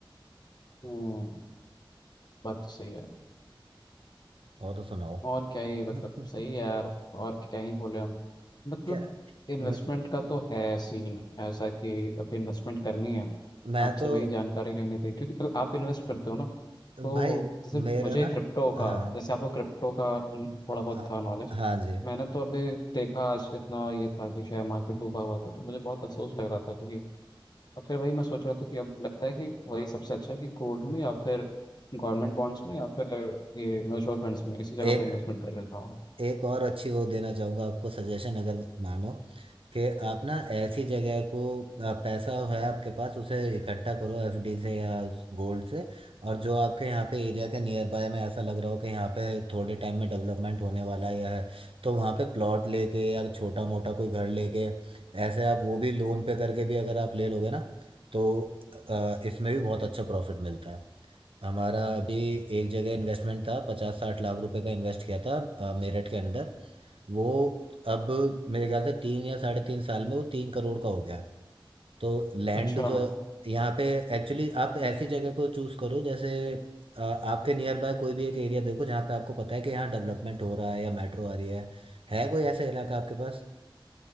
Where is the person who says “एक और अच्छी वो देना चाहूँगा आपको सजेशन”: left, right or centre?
Right